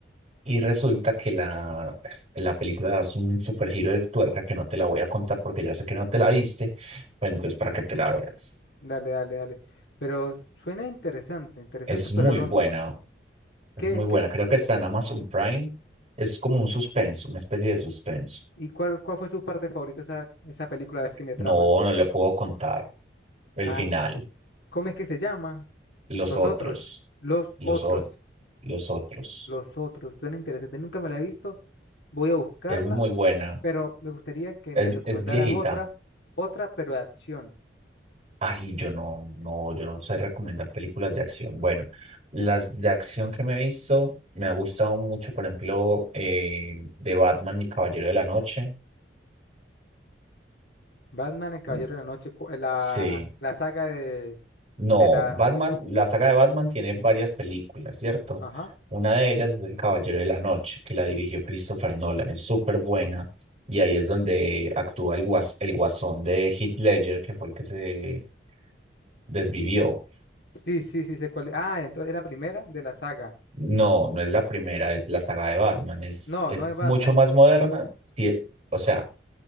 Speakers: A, on the right (about 35°); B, on the left (about 70°).
A: y resulta que la, pues, la película es un super giro de tuerca que no te la voy a contar porque ya sé que no te la viste, pero entonces para que te la veas.
B: Dale, dale, dale. Pero suena interesante, interesante,
A: Es
B: pero
A: muy
B: no.
A: buena, es
B: ¿Qué,
A: muy buena.
B: qué?
A: Creo que está en Amazon Prime. Es como un suspenso, una especie de suspenso.
B: ¿Y cuál, cuál fue su parte favorita esa, esa película? A ver si me trama.
A: No, no le puedo contar. El
B: Ah,
A: final,
B: s- ¿cómo es que se llama?
A: los
B: Nosotros,
A: otros,
B: los
A: los
B: otros,
A: otros, los otros.
B: los otros. Suena interesante. Nunca me la he visto. Voy a buscarla,
A: Es muy buena.
B: pero me gustaría que
A: Es,
B: me recomendaras
A: es viejita.
B: otra, otra, pero de acción.
A: Ay, yo no, no, yo no sé recomendar películas de acción. Bueno, las de acción que me he visto, me ha gustado mucho, por ejemplo, eh, de Batman y Caballero de la Noche.
B: Batman, el Caballero
A: Mm,
B: de la Noche, cu- eh, la,
A: Sí,
B: la saga de, de
A: No,
B: la...
A: Batman, la saga de Batman tiene varias películas, ¿cierto?
B: Ajá.
A: Una de ellas es El Caballero de la Noche, que la dirigió Christopher Nolan, es súper buena. Y ahí es donde actúa el, guas- el guasón de Heath Ledger, que fue el que se desvivió.
B: Sí, sí, sí, sé cuál. Ah, entonces es la primera de la saga.
A: No, no es la primera, es la saga de Batman, es,
B: No,
A: es
B: no es Batman,
A: mucho más moderna. sí, o sea,